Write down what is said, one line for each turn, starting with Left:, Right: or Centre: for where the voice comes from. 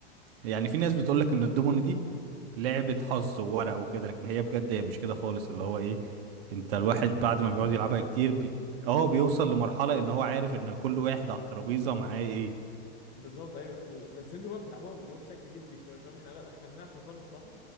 Right: يعني في ناس بتقولك ان الدومينو دي لعبة حظ وورق وكده لكن هي بجد هي مش كده خالص اللي هو ايه انت الواحد بعد
Left: انت بتحسبها
Right: ما بيقعد يلعبها كتير
Left: اه
Right: بي... اه بيوصل لمرحلة ان هو عارف ان كل واحد على الترابيزة معاه ايه
Left: بالظبط ايوه ال- بس انتوا بقى بتلعبوها اللي هو بشكل جدي شويه فاهم احنا لا احنا بنلعب في فن بصراحه